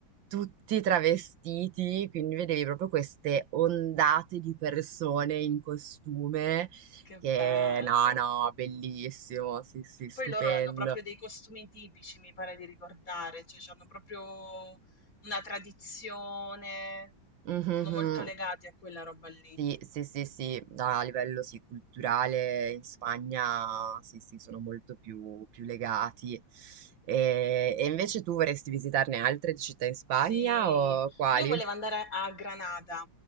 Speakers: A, on the right; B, on the left.
A: tutti travestiti, quindi vedevi proprio queste ondate di persone in costume
B: Che
A: che
B: bello.
A: no, no, bellissimo, sì, sì, stupendo.
B: Poi loro hanno proprio dei costumi tipici, mi pare di ricordare, cioè hanno proprio una tradizione,
A: Mhm.
B: sono molto legati a quella roba lì.
A: Sì, sì, sì, sì, no, a livello sì, culturale in Spagna sì, sì, sono molto più, più legati. E, e invece tu vorresti visitarne altre di città in Spagna
B: Sì,
A: o quali?
B: io volevo andare a Granada,